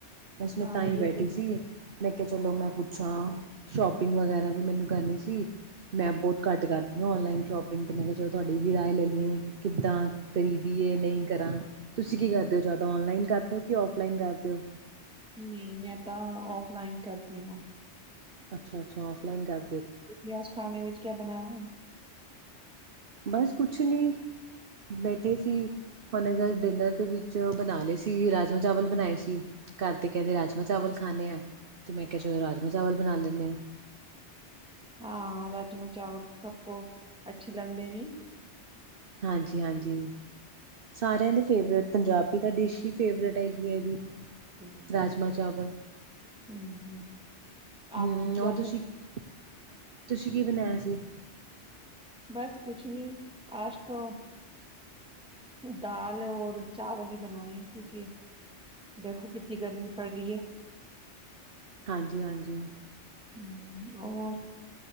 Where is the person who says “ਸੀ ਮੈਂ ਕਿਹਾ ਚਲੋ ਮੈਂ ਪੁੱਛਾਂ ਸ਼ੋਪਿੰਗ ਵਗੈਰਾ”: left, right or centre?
Right